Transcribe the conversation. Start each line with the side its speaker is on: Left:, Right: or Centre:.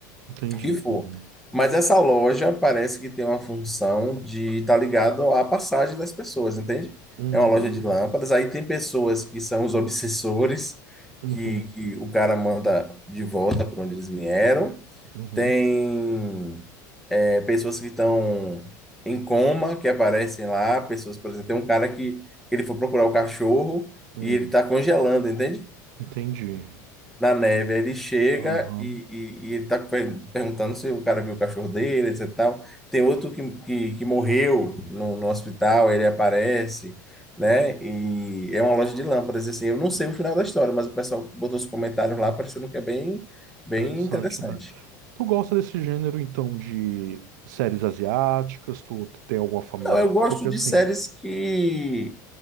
Right: entendi,
Centre: que
Right: entendi.
Centre: for. Mas essa loja parece que tem uma função de estar tá ligado à passagem das pessoas, entende?
Right: Uhum,
Centre: É uma loja de lâmpadas. Aí tem pessoas que são os obsessores,
Right: uhum,
Centre: que, que o cara manda de volta para onde eles vieram.
Right: uhum,
Centre: Tem é, pessoas que estão em coma, que aparecem lá. Pessoas, por exemplo, tem um cara que ele foi procurar o cachorro
Right: hum,
Centre: e ele está congelando, entende?
Right: entendi.
Centre: na neve. Aí ele chega
Right: Aham,
Centre: e, e, e ele tá per- perguntando se o cara viu o cachorro dele, etc e tal. Tem outro que, que, que morreu no, no hospital, ele aparece, né? E é uma loja de lâmpadas, assim. Eu não sei o final da história, mas o pessoal botou os comentários lá parecendo que é bem, bem
Right: Interessante,
Centre: interessante.
Right: né? Tu gosta desse gênero, então, de séries asiáticas? Tu tem alguma familiaridade?
Centre: Não, eu gosto
Right: Porque,
Centre: de
Right: assim,
Centre: séries que,